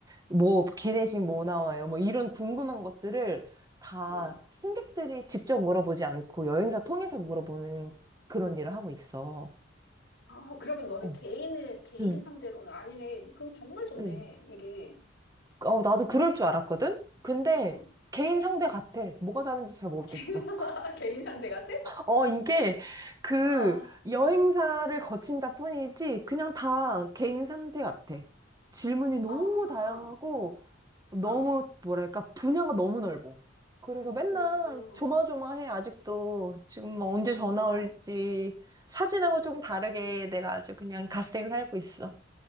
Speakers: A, on the right; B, on the left.
A: 뭐, 기내식 뭐 나와요, 뭐, 이런 궁금한 것들을 다
B: 응
A: 승객들이 직접 물어보지 않고 여행사 통해서 물어보는 그런 일을 하고 있어.
B: 아, 그러면 너는
A: 어,
B: 개인을, 개인
A: 응,
B: 상대로는 아니네. 그럼 정말 좋네,
A: 응.
B: 일이.
A: 어, 나도 그럴 줄 알았거든? 근데
B: 응
A: 개인 상대 같아. 뭐가 다른지 잘 모르겠어.
B: <laughs> 개인 상대 같아?
A: 어, 이게 그
B: 아,
A: 여행사를 거친다 뿐이지 그냥 다 개인 상태 같아. 질문이 너무
B: 아,
A: 다양하고 너무
B: 아,
A: 뭐랄까 분야가 너무 넓어. 그래서 맨날
B: 음,
A: 조마조마해 아직도 지금 뭐 언제
B: 아,
A: 전화
B: 진짜?
A: 올지 사진하고 좀 다르게 내가 아주 그냥 갓생 살고 있어.